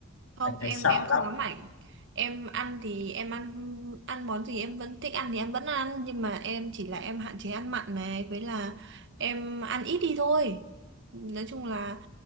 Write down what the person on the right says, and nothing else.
không
em
em không
ám ảnh em ăn thì em ăn ăn món gì em vẫn thích ăn thì em vẫn ăn nhưng mà em chỉ là em hạn chế ăn mặn này với là em ăn ít đi thôi nói chung là